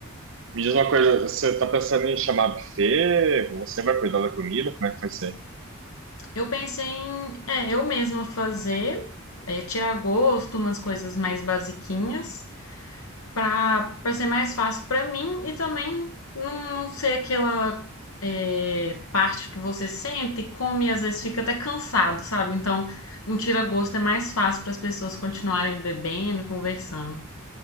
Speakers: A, on the right (about 65°); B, on the left (about 75°).
A: Me diz uma coisa, você tá pensando em chamar buffet? Você vai cuidar da comida? Como é que vai ser?
B: Eu pensei em, é, eu mesma fazer, é, tirar gosto, umas coisas mais basiquinhas. para para ser mais fácil para mim e também não, não ser aquela é, parte que você sente, e come e às vezes fica até cansado, sabe? Então, um tira-gosto é mais fácil para as pessoas continuarem bebendo, conversando.